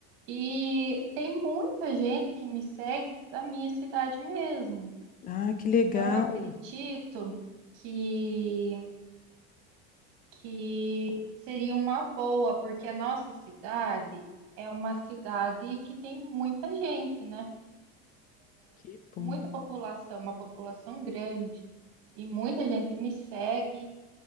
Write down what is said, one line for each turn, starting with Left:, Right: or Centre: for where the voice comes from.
Right: e tem muita gente que me segue da minha cidade mesmo.
Left: Ah, que
Right: Então,
Left: legal.
Right: acredito que, que seria uma boa, porque a nossa cidade é uma cidade que tem muita gente, né?
Left: Que bom.
Right: muita população, uma população grande, e muita gente me segue,